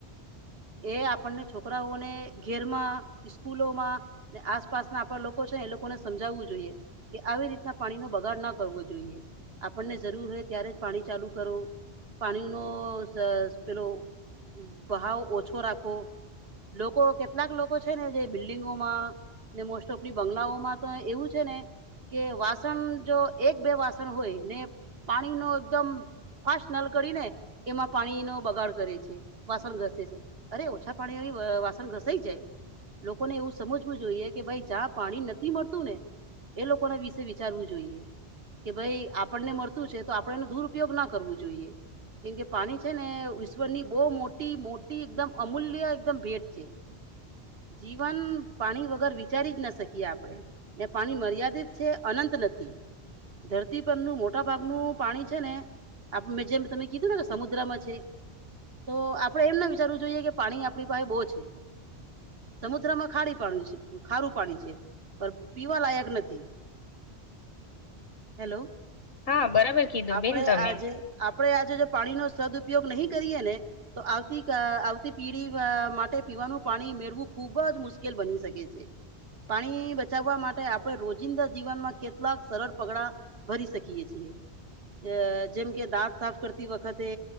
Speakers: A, on the right (about 65°); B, on the left (about 65°).
A: એ આપણને છોકરાઓને ઘેરમાં સ્કૂલોમાં આસપાસના આપણા લોકો છે ને એ લોકોને સમજાવવું જોઈએ કે આવી રીતના પાણીનો બગાડ ના કરવો જોઈએ આપણને જરૂર હોય ત્યારે જ પાણી ચાલુ કરો પાણી ન પેલો ભહાવ ઓછો રાખો લોકો કેટલાક લોકો છે ને જે બિલ્ડિંગોમાં ને મોસ્ટ ઓફલી બંગલાઓમાં તો એવું છે ને કે વાસણ જો એક બે વાસણ હોય ને પાણી ન એકદમ ફાસ્ટ નલ કરીને એમાં પાણી નો બગાડ કરે છે વાસણ ઘસે છે અરે ઓછા પાણી આવી વાસણ ઘસાઈ જાય લોકોને એવું સમજવું જોઈએ કે ભાઈ જ્યાં પાણી નથી મળતું ને એ લોકો ના વિશે વિચારવું જોઈએ કે ભાઈ આપણને મળતું છે તો આપણે એનો દુરપયોગ ના કરવું જોઈએ કેમ કે પાણી છે ને ઈશ્વર ની બહુ મોટી મોટી એકદમ અમૂલ્ય એકદમ ભેટ છે જીવન પાણી વગર વિચારી જ ના શકીએ આપડે ને પાણી મર્યાદિત છે અનંત નથી ધરતી પરનું મોટા ભાગનું પાણી છે ને આપ મે જેમ તમે કીધું ને કે સમુદ્રમાં છે તો આપડે એમ ના વિચારવું જોઈએ કે પાણી આપણી પાસે બહુ છે સમુદ્રમાં ખારી પાણી છે ખારું પાણી છે પણ પીવા લાયક નથી હેલો
B: હા બરાબર કીધું
A: આપડે
B: બેન તમે.
A: આજે આપડે આજે જો પાણીનોો સદઉપયોગ નહીં કરીએ ને તો આવતી આવતી પીડીી માટે પીવાનું પાણી મેળવું ખુબ જ મુશ્કેલ બની શકે છે પાણી બચાવવા માટે આપણે રોજિંદા જીવનમાં કેટલાક સરળ પગડા ભરી શકીએ છીએ જેમ કે દાંત સાફ કરતી વખતે